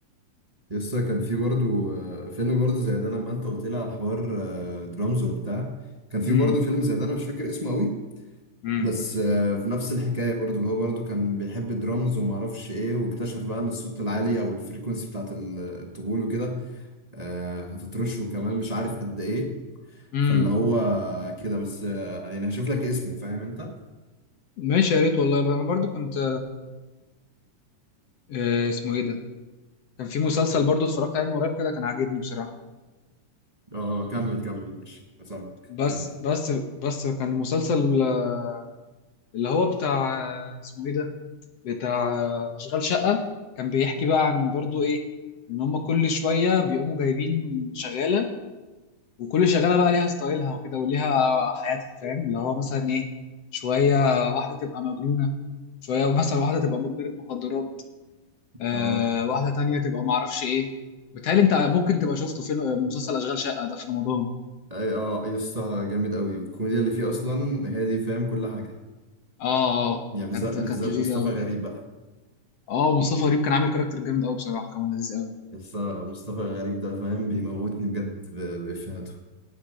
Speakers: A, on the right; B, on the left.
A: يسا كان في برضو آه، فيلم برضو زي ده لما انت قلت لي على الحوار آه، درامز وبتاع كان في
B: بيه
A: برضو فيلم زي ده انا مش فاكر اسمه قوي
B: امم
A: بس آه، في نفس الحكايه برضو اللي هو برضو كان بيحب الدرامز وما اعرفش ايه واكتشف بقى ان الصوت العالي او الفريكونسي بتاعت ال- الطبول وكده آه، هتترشه كمان مش عارف قد ايه
B: امم
A: فاللي هو كده بس آه، يعني هشوف لك اسمه فاهم انت
B: ماشي يا ريت والله بقى. انا برضو كنت آه، اسمه ايه ده كان في مسلسل برضو اتفرجت عليه من قريب كده كان عاجبني بصراحة
A: اه كمل كمل ماشي أنا سامعك
B: بس
A: كمل
B: بس بس كان مسلسل آه، اللي هو بتاع آه، اسمه ايه ده بتاع آه، اشغال شقة كان بيحكي بقى عن برضو ايه ان هم كل شوية بيقوموا جايبين شغالة وكل شغالة بقى ليها ستايلها وكده وليها حياتها فاهم اللي هو مثلا ايه شوية واحدة تبقى مجنونة شوية مثلا واحدة تبقى مدمنة مخدرات آه
A: اه
B: واحدة تانية تبقى معرفش ايه بتهيألي انت ممكن تبقى شفته فيلم آه، مسلسل اشغال شقة ده في رمضان
A: أي- اه يا اسطى جامد قوي والكوميديا اللي فيه اصلا هي دي فاهم كل حاجه
B: اه اه
A: يعني بالذات
B: كانت كانت
A: بالذات
B: لذيذة
A: مصطفى
B: قوي
A: غريب بقى
B: اه مصطفى غريب كان عامل كاركتر جامد قوي بصراحة كان لذيذ قوي
A: يا اسطى مصطفى غريب ده فاهم بيموتني بجد ب- بافيهاته